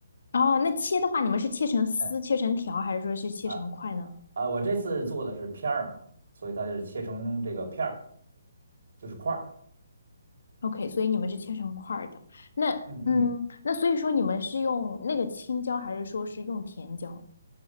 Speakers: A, on the left; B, on the right.
A: 哦，那切的话，你们是切成丝、
B: 嗯
A: 切成条，还是说是切成块呢？
B: 啊啊，我这次做的是片儿嘛，所以它就是切成这个片儿，就是块儿。
A: OK，所以你们是切成块儿的。那嗯，
B: 嗯嗯，
A: 那所以说你们是用那个青椒，还是说是用甜椒